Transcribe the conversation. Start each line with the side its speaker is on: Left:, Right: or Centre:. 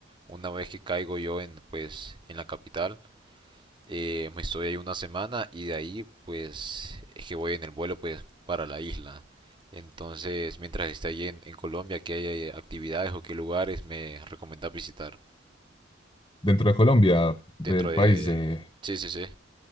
Right: una vez que caigo yo en, pues, en la capital, eh, me estoy ahí una semana y de ahí, pues, es que voy en el vuelo, pues, para la isla. Entonces, mientras esté allí en, en Colombia, ¿qué hay, eh, actividades o qué lugares me recomienda visitar
Left: Dentro de Colombia,
Right: dentro
Left: el
Right: de...
Left: país, eh,
Right: Sí, sí, sí.